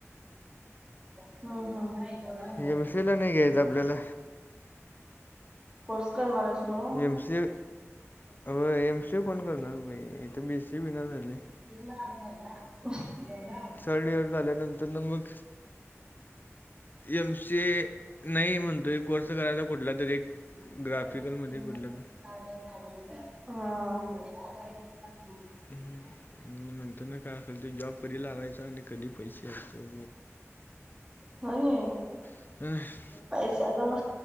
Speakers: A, on the right; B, on the left.
A: हम्म हम्म.
B: एम सी ला नाही घ्यायचं आपल्याला
A: कोर्स करणार आहेस नव्ह
B: एम सी हो एम सी कोण करणार भाई इथं बी सी बी नाही झाली.
A: त अला <unintelligible> <inaudible>
B: थर्ड इयर झाल्यानंतर ना मग. एम सी नाही म्हणतो एक कोर्स करायचा कुठला तरी
A: ग
B: ग्राफिकलमध्ये कुठला तर
A: <unintelligible> हा
B: ह म नंतर ना काय असेल ते जॉब कधी लागायच आणि कधी पैसे यायचं.
A: हो ना
B: बघून
A: पैसा जमा